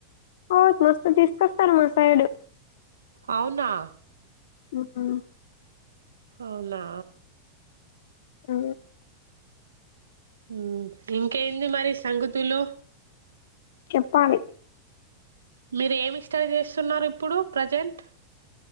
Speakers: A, on the left; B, on the right.
A: ఔత్ మస్తు తీసుకొస్తారు మా సైడు
B: అవునా
A: హు హ్మ్
B: అవునా
A: ఆ
B: హ్మ్ ఇంకేంది మరి సంగతులు
A: చెప్పాలి
B: మీరు ఏమి స్టడీ చేస్తున్నారు ఇప్పుడు ప్రజెంట్